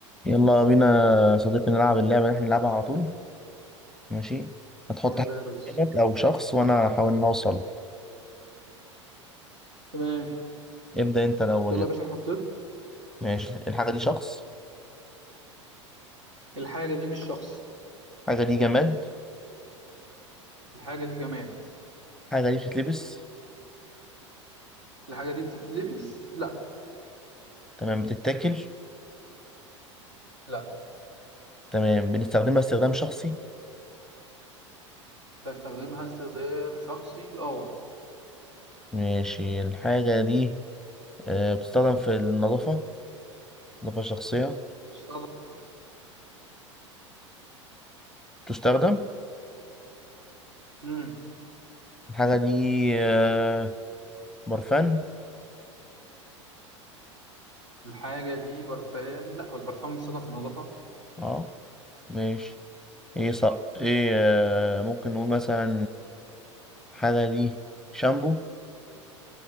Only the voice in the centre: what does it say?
يلا بينا يا صديقي نلعب اللعبة اللي احنا بنلعبها على طول ماشي هتحط
حاجة
في دماغك أو شخص وأنا هحاول إن أوصل
ابدأ أنت الأول
يلا
ماشي الحاجة دي شخص
الحاجة دي جماد
الحاجة دي بتتلبس
تمام بتتاكل
تمام بنستخدمها استخدام شخصي
ماشي الحاجة دي آه، بتستخدم في النظافة النظافة الشخصية
بتستخدم
الحاجة دي آه، برفان
اه ماشي ايه صح ايه آه، ممكن نقول مثلا الحاجة دي شامبو